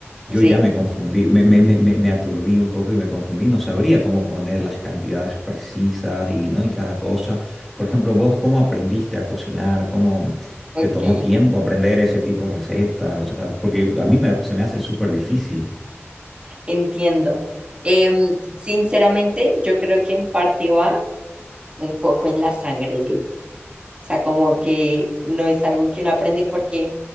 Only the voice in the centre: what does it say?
yo
ya me confundí, me, me, me, me me aturdí un poco y me confundí, no sabría cómo poner las cantidades precisas y, ¿no? y cada cosa. Por ejemplo, vos, ¿cómo aprendiste a cocinar? ¿Cómo?
te tomó tiempo aprender ese tipo de recetas, o sea, porque a mí me- se me hace súper difícil.